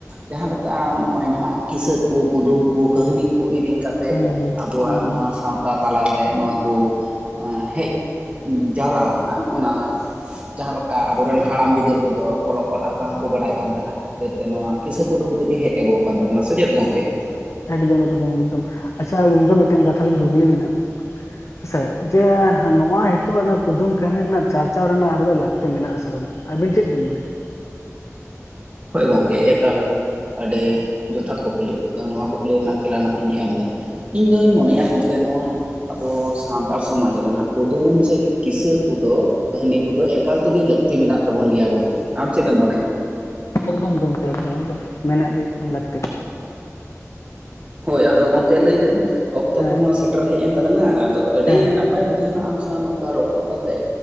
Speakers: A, on the right; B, on the left.
A: ᱡᱟᱦᱟᱸ ᱞᱮᱠᱟ ᱱᱚᱜ-ᱚᱭ ᱱᱟᱦᱟᱜ ᱠᱤᱥᱟᱹ ᱠᱚ, ᱠᱩᱫᱩᱢ ᱠᱚ, ᱠᱟᱹᱦᱱᱤ ᱠᱚ ᱤᱫᱤ ᱠᱟᱛᱮᱫ
B: ᱦᱩᱸ
A: ᱟᱵᱚᱣᱟᱜ
B: ᱦᱩᱸ
A: ᱱᱚᱣᱟ ᱥᱟᱶᱛᱟ᱾ ᱛᱟᱞᱟᱨ ᱨᱮ ᱱᱚᱣᱟ ᱠᱚ ᱦᱮᱡ ᱡᱟᱣᱨᱟᱣ ᱠᱟᱱᱟ ᱚᱱᱟ ᱡᱟᱦᱟᱸ ᱞᱮᱠᱟ ᱟᱵᱚ ᱨᱮᱱ ᱦᱟᱲᱟᱢ ᱵᱤᱫᱟᱹᱞ ᱠᱚᱫᱚ ᱚᱞᱚᱜ ᱯᱟᱲᱦᱟᱜ ᱵᱟᱝᱠᱚ ᱵᱟᱲᱟᱭ ᱠᱟᱱ ᱛᱟᱦᱮᱸᱫ ᱠᱷᱟᱹᱛᱤᱨ ᱛᱮ ᱱᱚᱣᱟ ᱠᱤᱥᱟᱹ ᱠᱤᱥᱟᱹ ᱠᱩᱫᱩᱢ ᱛᱮᱜᱮ ᱦᱮᱡ ᱟᱹᱜᱩᱣ ᱟᱠᱟᱱ ᱛᱟᱵᱱᱟ ᱪᱮ ᱪᱮᱫ ᱜᱚᱝᱠᱮ?
B: ᱮᱠᱫᱚᱢ ᱮᱠᱫᱚᱢ ᱮᱠᱫᱚᱢ᱾ ᱟᱪᱪᱷᱟ ᱜᱚᱢᱠᱮ ᱢᱤᱫᱴᱮᱱ ᱠᱟᱛᱷᱟ ᱞᱤᱧ ᱠᱩᱠᱞᱤ ᱵᱮᱱᱟ᱾ ᱦᱮ ᱥᱮ ᱡᱮ ᱱᱚᱣᱟ ᱦᱤᱛᱚᱜ ᱦᱟᱱᱟ ᱠᱩᱫᱩᱢ ᱠᱟᱹᱦᱱᱤ ᱨᱮᱱᱟᱜ ᱪᱟᱨᱪᱟᱣ ᱨᱮᱱᱟᱜ ᱦᱟᱠ ᱫᱚ ᱞᱟᱹᱠᱛᱤ ᱢᱮᱱᱟᱜ-ᱟ ᱥᱮ ᱵᱟᱹᱱᱩᱜ? ᱟᱹᱵᱤᱱ ᱪᱮᱫ ᱵᱤᱱ ᱢᱟᱱᱮᱭᱟ?
A: ᱦᱳᱭ ᱜᱚᱢᱠᱮ ᱮᱠᱟᱞ᱾ ᱟᱹᱰᱤ ᱡᱚᱛᱷᱟᱛ ᱠᱩᱠᱞᱤ ᱟᱫᱚ ᱱᱚᱣᱟ ᱠᱩᱠᱞᱤ ᱨᱮᱱᱟᱜ ᱛᱮᱞᱟ ᱱᱟᱦᱟᱜ ᱤᱧ ᱮᱢᱫᱟ᱾ ᱤᱧ ᱫᱩᱧ ᱢᱚᱱᱮᱭᱟ ᱜᱚᱝᱠᱮ ᱱᱚᱣᱟ ᱟᱵᱚ ᱥᱟᱱᱛᱟᱲ ᱥᱚᱢᱟᱡᱽ ᱨᱮ ᱱᱟᱦᱟᱜ ᱠᱩᱫᱩᱢ ᱥᱮ ᱠᱤᱥᱟᱹ ᱠᱚᱫᱚ ᱠᱟᱹᱦᱱᱤ ᱠᱚᱫᱚ ᱮᱠᱟᱞ ᱛᱮ ᱜᱮ ᱞᱟᱹᱠᱛᱤ ᱢᱮᱱᱟᱜ ᱛᱟᱵᱚᱱ ᱜᱮᱭᱟ ᱜᱚᱝᱠᱮ᱾ ᱟᱢ ᱪᱮᱫ ᱮᱢ ᱢᱚᱱᱮᱭᱟ?
B: ᱮᱠᱫᱚᱢ ᱜᱚᱢᱠᱮ ᱮᱠᱫᱚᱢ ᱮᱠᱫᱚᱢ᱾ ᱢᱮᱱᱟᱜ ᱜᱮ ᱮᱠᱫᱲᱢ ᱞᱟᱹᱠᱛᱤ᱾
A: ᱦᱳᱭ ᱟᱫᱚ ᱜᱚᱢᱠᱮ ᱞᱟᱹᱭᱫᱟᱹᱧ ᱚᱠᱛᱚ
B: ᱦᱮᱸ
A: ᱠᱚᱦᱚᱸ ᱥᱮᱴᱮᱨ ᱦᱮᱡ ᱮᱱ ᱛᱟᱞᱟᱝᱟ ᱟᱫᱚ ᱟᱹᱰᱤ
B: ᱦᱮᱸ
A: ᱱᱟᱯᱟᱭ ᱵᱩᱡᱷᱟᱹᱣ ᱮᱱᱟ ᱟᱢ ᱥᱟᱶ ᱱᱚᱝᱠᱟ ᱨᱚᱯᱚᱲ ᱠᱟᱛᱮᱜ